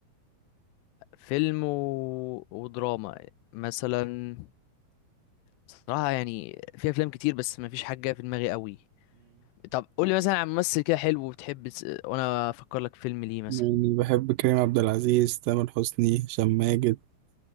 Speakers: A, on the left; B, on the right.
A: فيلم و... ودراما مثلا صراحة يعني في افلام كتير بس ما فيش حاجة جاية في دماغي قوي طب قول لي مثلا عن ممثل كده حلو وبتحب تس... وانا افكر لك فيلم ليه مثلا
B: يعني بحب كريم عبد العزيز تامر حسني هشام ماجد